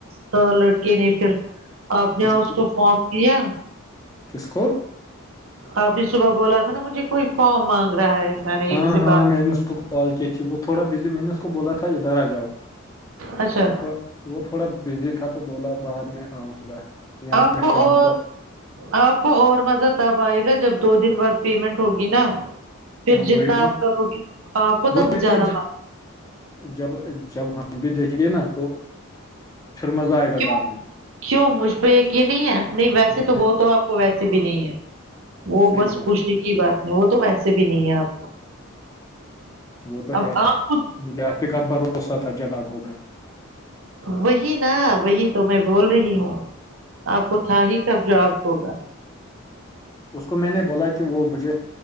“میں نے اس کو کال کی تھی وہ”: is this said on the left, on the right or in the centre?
Left